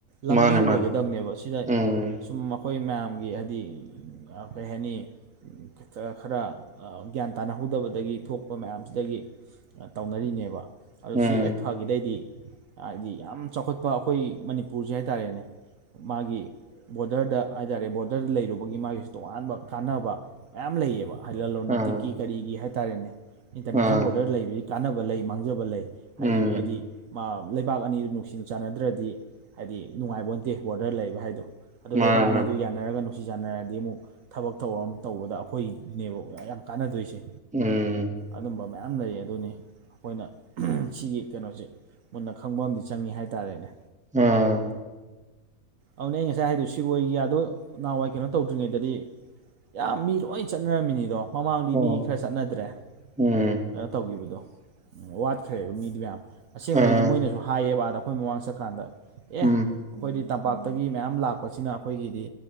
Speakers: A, on the right (about 65°); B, in the centre.
A: ꯂꯝꯕꯤ
B: ꯃꯥꯅꯦ
A: ꯑꯣꯏꯒꯗꯕꯅꯦꯕ
B: ꯃꯥꯅꯦ
A: ꯁꯤꯗ
B: ꯎꯝ
A: ꯁꯨꯝ ꯑꯩꯈꯣꯏ ꯃꯌꯥꯝꯒꯤ ꯍꯥꯏꯗꯤ ꯀꯔꯤ ꯍꯥꯏꯅꯤ ꯈꯤ ꯈꯔ ꯒ꯭ꯌꯥꯟ ꯇꯥꯅꯍꯧꯗꯕꯗꯒꯤ ꯊꯣꯛꯄ ꯃꯌꯥꯝꯁꯤꯗꯒꯤ ꯇꯧꯅꯔꯤꯅꯦꯕ ꯑꯣ
B: ꯎꯝ
A: ꯁꯤ ꯍꯦꯛ ꯐꯥꯒꯤꯗꯩꯗꯤ ꯍꯥꯏꯗꯤ ꯌꯥꯝ ꯆꯥꯎꯈꯠꯄ ꯑꯩꯈꯣꯏ ꯃꯅꯤꯄꯨꯔꯁꯦ ꯍꯥꯏꯇꯥꯔꯦꯅꯦ ꯃꯥꯒꯤ ꯕꯣꯔꯗꯔꯗ ꯍꯥꯏꯇꯥꯔꯦ ꯕꯣꯔꯗꯔꯗ ꯂꯩꯔꯨꯕꯒꯤ ꯃꯥꯒꯤꯁꯨ ꯇꯣꯉꯥꯟꯕ ꯀꯥꯟꯅꯕ ꯃꯌꯥꯝ ꯂꯩꯌꯦꯕ ꯍꯥꯏꯗꯤ ꯂꯂꯣꯟ
B: ꯑꯥ
A: ꯏꯇꯤꯛꯀꯤ ꯀꯔꯤꯒꯤ ꯍꯥꯏꯇꯥꯔꯦꯅꯦ ꯏꯟꯇꯔꯅꯦꯁꯅꯦꯜ
B: ꯑꯥ
A: ꯕꯣꯔꯗꯔ ꯂꯩꯕꯒꯤ ꯀꯥꯟꯅꯕ ꯂꯩ ꯃꯥꯡꯖꯕ ꯂꯩ ꯍꯥꯏꯗꯤ
B: ꯎꯝ
A: ꯍꯥꯏꯗꯤ ꯂꯩꯕꯥꯛ ꯑꯅꯤꯗꯨ ꯅꯨꯡꯁꯤꯅ ꯆꯥꯟꯅꯗ꯭ꯔꯗꯤ ꯍꯥꯏꯗꯤ ꯅꯨꯡꯉꯥꯏꯕꯟꯇꯦ ꯕꯣꯔꯗꯔ ꯂꯩꯕ ꯍꯥꯏꯗꯣ ꯑꯗꯨꯣ ꯂꯩꯕꯥꯛ
B: ꯃꯥꯅꯦ
A: ꯑꯅꯤ
B: ꯃꯥꯅꯦ
A: ꯌꯥꯅꯔꯒ ꯅꯨꯡꯁꯤ ꯆꯥꯟꯅꯔꯗꯤ ꯑꯃꯨꯛ ꯊꯕꯛ ꯊꯧꯔ ꯑꯃ ꯇꯧꯕꯗ ꯑꯩꯈꯣꯏꯅꯦꯕ ꯌꯥꯝ ꯀꯥꯟꯅꯗꯣꯏꯁꯦ꯫
B: ꯎꯝ꯫
A: ꯑꯗꯨꯝꯕ ꯃꯌꯥꯝ ꯂꯩ ꯑꯗꯨꯅꯤ꯫ ꯑꯩꯈꯣꯏꯅ ꯁꯤꯒꯤ ꯀꯩꯅꯣꯁꯤ ꯃꯨꯟꯅ ꯈꯪꯕ ꯑꯃꯗꯤ ꯆꯪꯉꯤ ꯍꯥꯏꯇꯥꯔꯦꯅꯦ꯫
B: ꯎꯝ꯫
A: ꯑꯗꯨꯅꯦ ꯑꯩ ꯉꯁꯥꯏ ꯍꯥꯏꯗꯣꯏ ꯁꯤꯔꯣꯏꯒꯤꯌꯥꯗꯣ ꯅꯍꯥꯟꯋꯥꯏ ꯀꯩꯅꯣ ꯇꯧꯗ꯭ꯔꯤꯉꯩꯗꯗꯤ꯫ ꯌꯥꯝ ꯃꯤ ꯂꯣꯏ ꯆꯠꯅꯔꯝꯃꯤꯅꯤꯗꯣ ꯃꯃꯥꯡꯗꯤ
B: ꯑꯣ
A: ꯃꯤ ꯈꯔ꯫ ꯆꯠꯅꯗ꯭ꯔꯦ
B: ꯎꯝ
A: ꯀꯩꯅꯣ ꯇꯧꯈꯤꯕꯗꯣ ꯋꯥꯠꯈ꯭ꯔꯦꯕ ꯃꯤꯗꯨ ꯃꯌꯥꯝ꯫ ꯑꯁꯦꯡꯕꯩꯗꯤ
B: ꯑꯥ
A: ꯃꯣꯏꯅꯁꯨ ꯍꯥꯏꯌꯦꯕ ꯑꯥꯗ ꯑꯩꯈꯣꯏ ꯃꯃꯥꯡꯗ ꯆꯠꯀꯥꯟꯗ ꯑꯦ
B: ꯎꯝ
A: ꯑꯩꯈꯣꯏꯗꯤ ꯇꯝꯄꯥꯛ ꯇꯝꯄꯥꯛꯇꯒꯤ ꯃꯌꯥꯝ ꯂꯥꯛꯄꯁꯤꯅ ꯑꯩꯈꯣꯏꯒꯤꯗꯤ